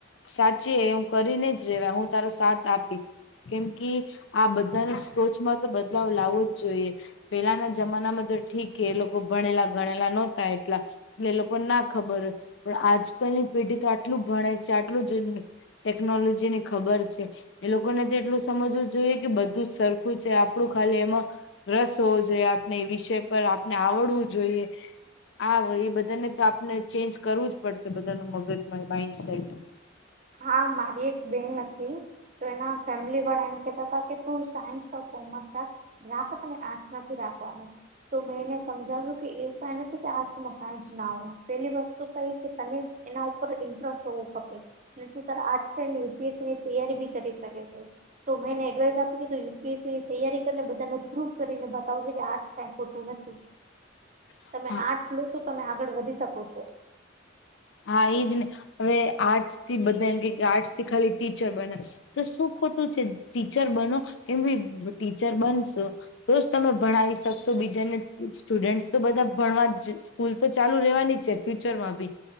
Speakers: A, on the left; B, on the right.
A: સાચે એમ કરીને જ રેવા હું તારો સાથ આપીશ કેમ કી આ બધાની સોચમાં તો બદલાવ લાવવો જ જોઈએ પેલાના જમાનામાં તો ઠીક કે એ લોકો ભણેલા ગણેલા નહતા એટલા એટલે એ લોકોને ના ખબર હોય પણ આજકાલની પેઢી તો આ આટલું ભણે છે આટલું જ ટેકનોલોજી ની ખબર છે એ લોકોને તો એટલું સમજવું જોઈએ કે બધું જ સરખું છે આપડું ખાલી એમાં રસ હોવો જોઈએ આપને એ વિષય પર આપને આવડવું જોઈએ હા એ બધાને તો આપને ચેન્જ કરવું જ પડશે બધા નું મગજમાં માઈન્ડસેટ
B: હા મારી એક બેન હતી તો એના ફેમિલી વાળા એમ કેતા હતા કે તું સાયન્સ તો કોમર્સ રાખ રાખો તને આર્ટસ નથી રાખવાનું તો મેં એને સમજાવ્યું કે એવું કઈ હતું કે આજમાં કં જ ના હો પેલી વસ્તુ તો એ કે તને એના ઉપર ઇન્ટરેસ્ટ હોવુંપે અને તું તારા આર્ટસન્ડ યુપીએસસી ની તૈયારી બી કરી શકે છે તો મેંને એડવાઈસ આપ્યું કે યુપીએસસી ની તૈય કરીને બધાને પ્રૂવ કરીને બતાવું છે કે આજ <unintelligible> નથી
A: <inaudible>
B: તમે
A: હા
B: આર્ટસ લો તો તમે આગળ વધી શકો છો
A: હા એઈ જ ને હવે આર્ટ થી બધા એમ કે આર્ટસ થી ખાલી ટીચર બને તો શું ખોટું છે ટીચર બનો કે ટીચર બનશો તો જ તમે ભણાવી શકશો બીજાને સ્ટુડન્ટ તો બધા ભણવા સ્કૂલ તો ચાલુ રવાની છે ફ્યુચરમાં બી